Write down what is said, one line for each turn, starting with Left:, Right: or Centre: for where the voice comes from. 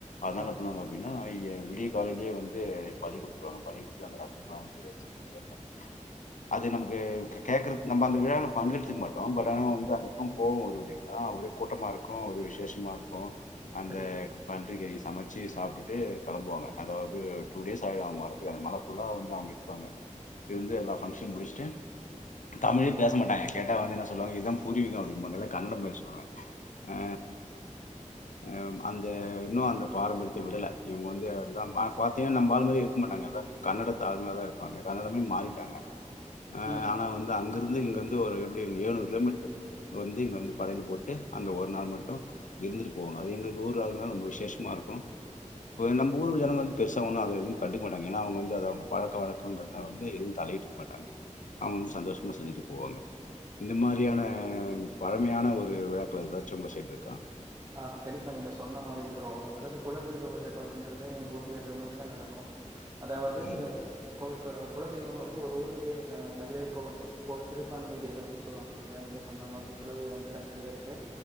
Left: அதால
Right: ஆ
Left: என்ன பண்ணுவாங்க அப்டின்னா. ஆனா ஏ விடிய காலையிலேயே வந்து பலி குடுத்துருவாங்க பலி குடுத்து அந்த ரத்தத்துலாம் வந்து <inaudible> அது நமக்கு கே கேக்குறது நம்ம அந்த விழாவுல பங்கு எடுத்துக்க மாட்டோம் பட் ஆனா வந்து அந்த பக்கோம் போவோ வருவோ இல்லைங்களா ஒரே கூட்டமா இருக்கு ஒரே விசேஷமா இருக்கு அந்த
Right: கண்டிப்பா
Left: பன்றிகறிய சமைச்சி சாப்டுட்டு கிளம்புவாங்க அதாவது டூ டேஸ் ஆயிடு அவுங்க வர்றதுக்கு அந்த மல ஃபுல்லா வந்து அவுங்க இருப்பாங்க. இருந்து எல்ல பங்க்ஷனு முடிச்சிட்டு தமிழே பேச மாட்டாங்க கேட்ட வந்து என்ன சொல்லுவாங் இந்தா புரியோ அப்டின் இவங்கல்லா கன்னடோ பேசுவாங்க அ அ ம் அந்த இன்னு அந்த பாரம்பரியத்த விடல இவங்க வந்து அததான் பாத்தீங்கன்னா நம்மா ஆள் மாரியே இருக்க மாட்டாங்க அதா கன்னடத்து ஆளுங்களாதா இருப்பாங்க கன்னடமே இங் மாறிட்டாங்க. அ
Right: ம் ம்
Left: ஆனா வந்து அங்கிருந்து இங்க வந்து ஒரு எப்டியு எழுநூறு கிலோமீட்டர் இருக்கு அங்க வந்து இங்கே வந்து படையில்ல போட்டு அந்த ஒரு நாள் மட்டு இருந்துட்டு போவங்க அது எங்களுக்கு ஊர் ஆளுங்கள்னா ரொம்ப விசேஷமா இருக்கு. ம் இப்ப நம்ம ஊர்ல உள்ள ஜனங்க வந்து பெருசா ஒன்னு அத எதுவு கண்டுக்க மாட்டாங்க ஏன்னா அவுங்க வந்து அத அவுங்க பழக்க வழக்கோங்கறதுனால வந்து எதுவு த எத்துக் மாட்டாங்க அவுங்க வந்து சந்தோஷமா செஞ்சட்டு போவாங்க இந்த மாரியான பழமையான ஒரு விழாக்கள் எதாச்சி உங்க சைடு இருக்கா
Right: அ கண்டிப்பா நீங்க சொன்ன மாதிரி ப்ரோ அதாவது குலதெய்வ வழிபாடு இன்றது எங்க ஊர்ல விமர்சை நடக்கு அதாவது
Left: ம்,
Right: கோவி குலதெய்வம் வந்து ஒரு ஊர்லேயே அ நெறைய கோ கோ சிறுபான்மை தெய்வங்கள் சொல்லுவாங்க இல்லையா நீங்க சொன்ன மாதிரி குலதெய்வங்கள் நெறைய இருக்கு